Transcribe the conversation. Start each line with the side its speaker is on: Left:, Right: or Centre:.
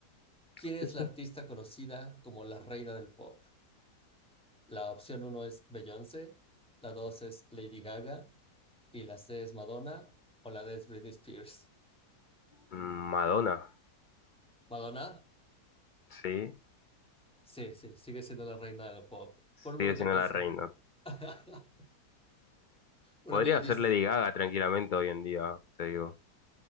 Centre: ¿Quién es
Left: Sí, sí.
Centre: la artista conocida como la reina del pop? La opción uno es Beyoncé, la dos es Lady Gaga. y la C es Madonna o la D es Britney Spears.
Left: Mm, Madonna,
Centre: ¿Madonna?
Left: sí,
Centre: Sí, sí, sigue siendo la reina del pop. Por un
Left: sigue
Centre: momento
Left: siendo
Centre: pensé.
Left: la reina.
Centre: <laughs> Un
Left: Podría
Centre: amigo dice,
Left: ser Lady Gaga tranquilamente hoy en día, te digo.